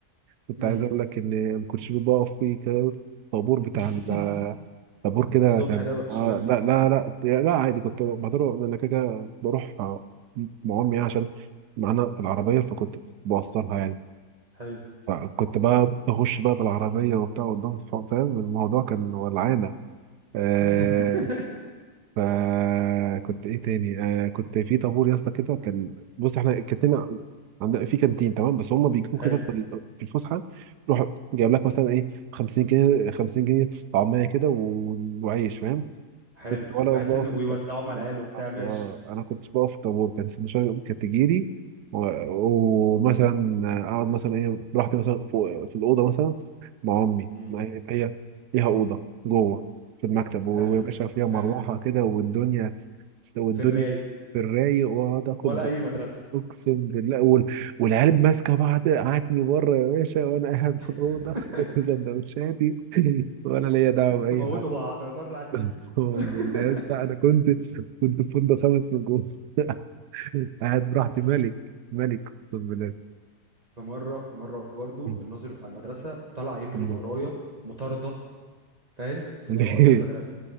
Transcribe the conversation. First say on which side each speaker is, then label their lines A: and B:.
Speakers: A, on the right; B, on the right.
A: كنت
B: امم
A: عايز أقول لك إن ما كنتش بقف في كده طابور بتاع
B: <laughs>
A: ال- آه، طابور كده
B: الصبح
A: كان
B: ده مفيش
A: آه
B: منه
A: لا لا لا لا عادي كنت بقدر أنا كده كده بروح آه، مع أمي عشان معانا العربية فكنت بوصلها يعني
B: حلو
A: فكنت بقى بخش بقى بالعربية وبتاع قدام صحابي فاهم الموضوع كان ولعانة آه
B: <laughs>
A: فكنت ايه تاني آه كنت في طابور يا اسطى كده كان بص احنا كانتنا عندنا في كانتين تمام بس هم بيجيبوا كده
B: حلو
A: في ال- في الفسحة يروح جايب لك مثلا ايه 50 جنيه 50 جنيه طعمية كده و- وعيش فاهم
B: حلو
A: كنت وانا
B: بحيث
A: بقف
B: انه
A: في
B: ويوزعوهم
A: الطابور
B: على العيال وبتاع ماشي
A: اه انا كنت بقف في الطابور كانت السندوتشات كانت تجيلي و- ومثلا اقعد مثلا ايه براحتي مثلا فوق في الاوضه مثلا مع امي
B: امم
A: ما هي هي ليها اوضه جوه في المكتب ويا
B: حلو
A: باشا فيها مروحه
B: حلو
A: كده والدنيا تس- والدنيا
B: في الرايق
A: في الرايق واقعد اخد
B: ولا اي مدرسه
A: اقسم بالله وال- والعيال ماسكه بعض قعدتني بره يا باشا وانا قاعد في الاوضه
B: <laughs>
A: <laughs> جنب سندوتشاتي <laughs> ولا ليا دعوه
B: انتوا
A: باي
B: موتوا
A: حاجه
B: بعض بره عني
A: اقسم
B: بيكم <laughs>
A: بالله يا اسطى انا كنت كنت في فندق خمس نجوم <laughs> قاعد براحتي
B: استنى
A: ملك ملك اقسم بالله
B: في مره في مره برضو
A: مم.
B: الناظر بتاع المدرسه طلع يجري
A: مم.
B: ورايا مطارده فاهم في
A: <laughs>
B: طرقات المدرسه